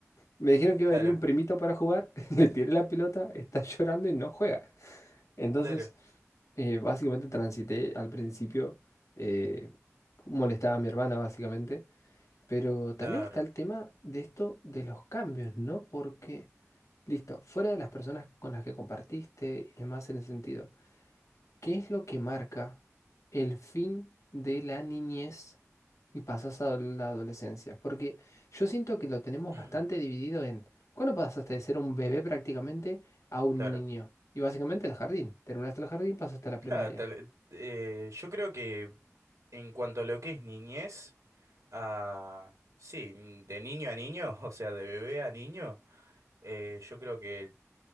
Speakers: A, on the left; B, on the right.
A: Me dijeron que iba
B: claro,
A: a venir un primito para jugar, <laughs> le tiré la pelota, está llorando y no juega. Entonces,
B: claro,
A: eh, básicamente transité al principio, eh, molestaba a mi hermana básicamente, pero también
B: claro,
A: está el tema de esto de los cambios, ¿no? Porque, listo, fuera de las personas con las que compartiste y demás en ese sentido. ¿Qué es lo que marca el fin de la niñez y pasas a la adolescencia? Porque yo siento que lo tenemos
B: <clears throat>
A: bastante dividido en cuándo pasaste de ser un bebé prácticamente a un
B: claro,
A: niño. Y básicamente el jardín. Terminaste el jardín, pasaste a la
B: claro,
A: primaria.
B: tal- eh, yo creo que en cuanto a lo que es niñez, a, sí, mm, de niño a niño, <laughs> o sea, de bebé a niño, eh, yo creo que